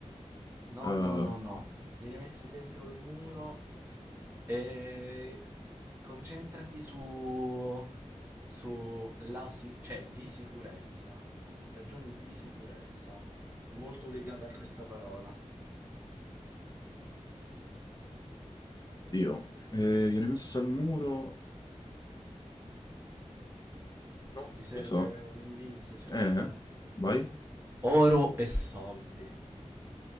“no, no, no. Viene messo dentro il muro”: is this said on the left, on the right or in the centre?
Right